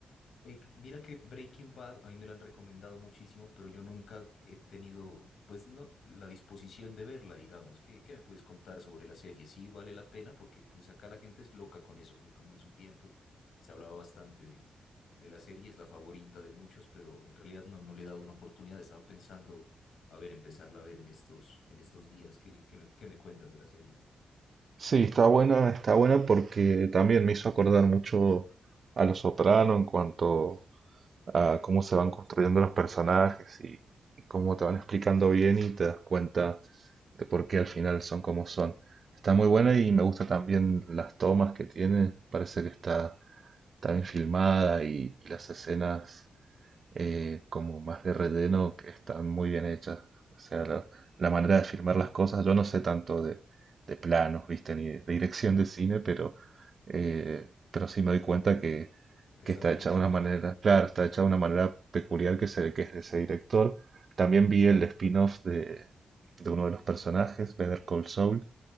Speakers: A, on the left; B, on the right.
A: Eh, mira que Breaking Bad a mí me lo han recomendado muchísimo, pero yo nunca he tenido, pues no, la disposición de verla, digamos. ¿Qué, qué me puedes contar sobre la serie? Sí, vale la pena, porque pues acá la gente es loca con eso. Fue como en su tiempo se hablaba bastante de, de la serie, es la favorita de muchos, pero en realidad no, no le he dado una oportunidad. Estaba pensando, a ver, empezarla a ver en estos, en estos días. ¿Qué, qué me, qué me cuentas de la serie?
B: Sí, está buena, está buena porque también me hizo acordar mucho a Los Soprano en cuanto a cómo se van construyendo los personajes y cómo te van explicando bien y te das cuenta de por qué al final son como son. Está muy buena y me gusta también las tomas que tiene, parece que está, está bien filmada y, y las escenas eh, como más de relleno que están muy bien hechas. O sea, la, la manera de filmar las cosas, yo no sé tanto de, de planos, viste, ni de dirección de cine, pero, eh, pero sí me doy cuenta que,
A: Que
B: que
A: está
B: está
A: bien
B: hecha
A: hecho.
B: de una manera, claro, está hecha de una manera peculiar que se ve que es de ese director. También vi el spin-off de, de uno de los personajes, Better Call Saul,